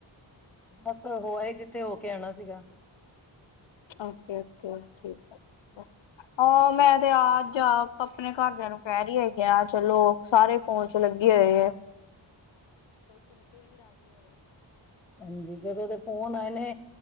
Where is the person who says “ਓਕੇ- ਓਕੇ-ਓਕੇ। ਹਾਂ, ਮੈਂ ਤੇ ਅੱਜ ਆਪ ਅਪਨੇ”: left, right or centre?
Left